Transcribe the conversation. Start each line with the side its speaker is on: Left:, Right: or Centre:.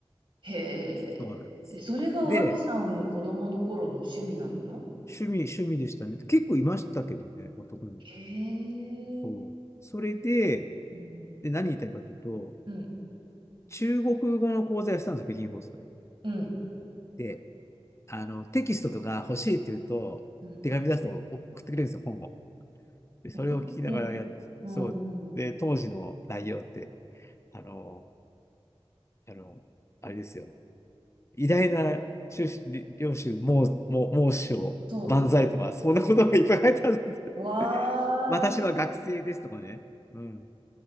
Right: へえ、
Left: そうなんです。
Right: それが脇さんの子供の頃の趣味なの
Left: で、趣味、趣味でしたね。結構いましたけどね、男の子。
Right: へえ、
Left: そう。それで、
Right: うん、
Left: で、何言いたいかというと、
Right: うん、
Left: 中国語の講座やってたんですよ、北京放送で。
Right: うん、
Left: で、あの、テキストとか欲しいって言うと、
Right: うん。
Left: 手紙出すと送ってくれるんですよ、本を。で、それを聞きながらやっ、
Right: 送ってくれるのうん、
Left: そう。
Right: うん。
Left: で、当時の内容って、あの、あの、あれですよ。偉大な宗主領主、もう、もう、もう師匠、
Right: そ
Left: 万歳とか、そんなことがいっぱい書いてあるんです。
Right: う。わ
Left: <laughs> 私は学生ですとかね。
Right: あ、
Left: うん。